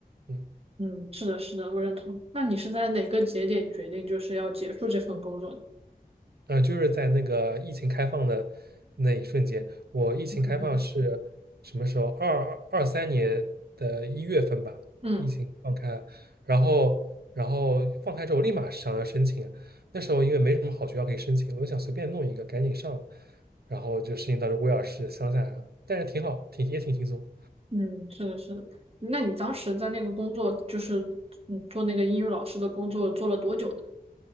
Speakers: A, on the right; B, on the right.
A: 嗯。
B: 嗯，是的，是的，我认同。那你是在哪个节点决定就是要结束这份工作的
A: 呃，就是在那个疫情开放的那一瞬间，我疫情开放是什么时候？
B: <laughs>
A: 二二三年的一月份吧，
B: 嗯
A: 疫情放开，然后然后放开之后立马想要申请，那时候因为没什么好学校可以申请，我就想随便弄一个赶紧上，然后就申请到了威尔士乡下，来了，但是挺好，挺也挺轻松，
B: 嗯，是的，是的。那你当时在那个工作，就是嗯做那个英语老师的工作，做了多久呢？